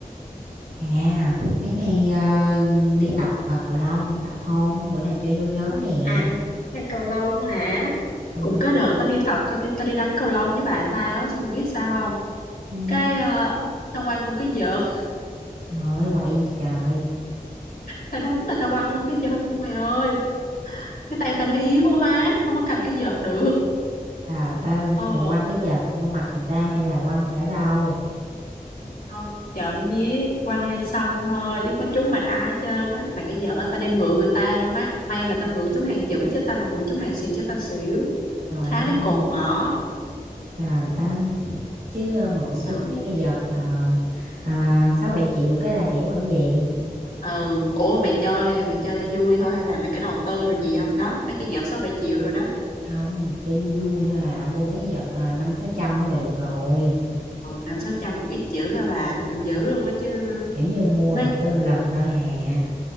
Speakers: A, on the right (about 75°); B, on the left (about 75°).
A: À, mấy nay à, đi tập à, cầu lông, tập không? Bữa nào chơi vô nhóm nè.
B: À, hay cầu lông hả?
A: Ừ.
B: Cũng có đợt tao đi tập tao, đi- tao đi đánh cầu lông với bạn tao á, xong mày biết sao không?
A: ừ.
B: Cái ờ, tao quăng luôn cái vợt,
A: Trời ơi, quậy trời.
B: tao đánh mà tao quăng luôn cái vợt luôn mày ơi. Cái tay tao nó yếu quá má, không có cầm cái vợt được.
A: Trời ơi,
B: Ờ.
A: rồi quăng cái vợt vô mặt người ta hay là quăng ở đâu?
B: không chậm với quăng lên sân thôi chứ có trúng mặt ai hết trơn á mà cái giỡn ta đi mượn người ta nữa má may mà tao mượn trúng hàng dẫm chứ tao mà mượn trúng hàng xịn chứ tao xỉu
A: Trời
B: thá
A: ơi,
B: lấy
A: may.
B: cột mỏ
A: Trời ơi, chứ à, mượn
B: sợ
A: chúng
B: luôn.
A: mấy cái vợt mà à, 6-7 triệu cái là hiểu ở gì.
B: ừ ủa mà mày chơi mày chơi cho vui thôi hay là mày có đầu tư rồi gì không đó mấy cái vợt sáu bảy triệu rồi đó
A: Không, chơi vui vui thôi à, mua mấy cái vợt à, năm sáu trăm thôi được rồi.
B: ừ, năm sáu trăm cũng ít dữ hả bà nó cũng dữ luôn á chứ
A: Kiểu như mua
B: tôi thấy
A: đầu tư lần thôi hà.